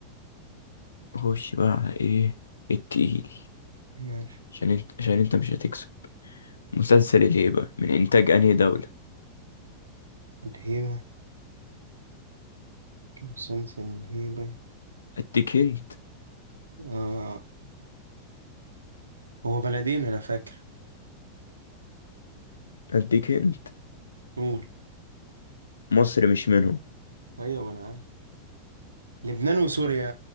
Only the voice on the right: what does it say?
ماشي
الهيبة مسلسل الهيبة
آه هو بلدين أنا فاكر
قول
أيوة ما أنا عارف لبنان وسوريا